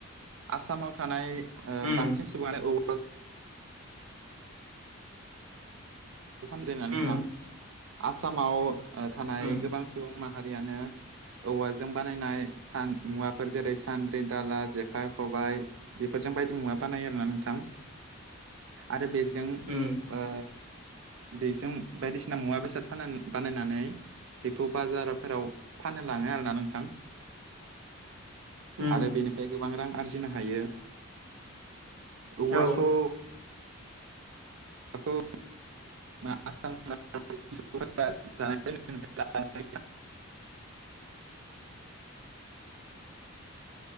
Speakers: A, on the right; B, on the right.
A: आसामाव थानाय ओ
B: उम
A: बांसिन सुबुङानो औ <unintelligible> नोंथां
B: उम
A: आसामाव थानाय
B: उम
A: गोबां सुबुं माहारियानो औवाजों बा बानायनाय सान मुवाफोर जेरै सान्द्रि दाला जेखाइ खबाइ बेफोरजों बायदि मुवा बानायो आरोना नोंथां आरो बे जों
B: उम
A: ओ बेजों बायदिसिना मुवा बेसादान बानायनानै बेखौ बाजारफोराव फाननो लाङो आरोना नोंथां
B: उम
A: आरो बेनिफ्राय गोबां रां आरजिनो हायो औवाखौ
B: औ
A: <unintelligible> <unintelligible>